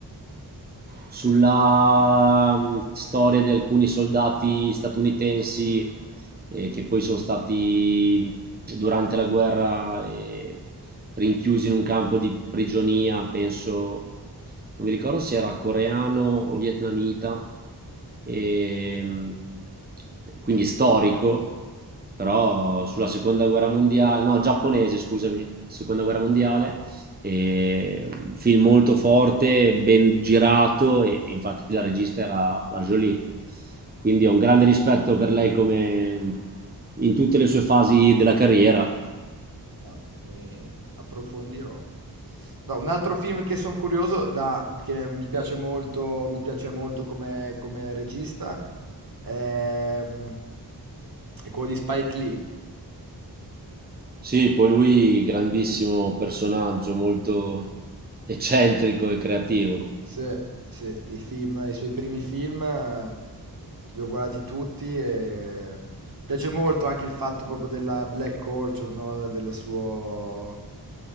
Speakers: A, on the right; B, on the right.
A: sulla mh, storia di alcuni soldati statunitensi eh, che poi sono stati mm, durante la guerra eh, rinchiusi in un campo di prigionia, penso, non mi ricordo se era coreano o vietnamita, e, mh, quindi storico, però sulla seconda guerra mondiale, no, giapponese, scusami, seconda guerra mondiale e un film molto forte, ben girato e, e infatti la regista era la Jolie. Quindi ho un grande rispetto per lei come in tutte le sue fasi della carriera.
B: Ah, Mi approfondirò. No, un altro film che sono curioso da, che mi piace molto, mi piace molto come, come regista ehm, è quello di Spike Lee.
A: Sì, poi lui grandissimo personaggio, molto eccentrico e creativo.
B: Se, se i film, i suoi primi film eh, li ho guardati tutti e piace molto anche il fatto proprio della black culture, no? Del suo...